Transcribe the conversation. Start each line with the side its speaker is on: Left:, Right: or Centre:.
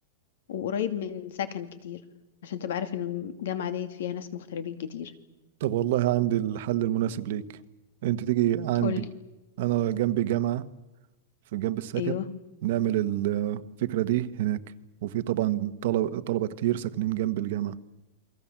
Left: وقريب من سكن كتير عشان تبقى عارف انه الجامعه ديت فيها ناس مغتربين كتير
Right: طب والله عندي الحل المناسب ليك انت تيجي عندي
Left: قولي
Right: انا جنبي جامعة في جنب السكن
Left: ايوه
Right: نعمل ال- الفكرة دي هناك وفي طبعا طلبة طلبة كتير ساكنين جنب الجامعة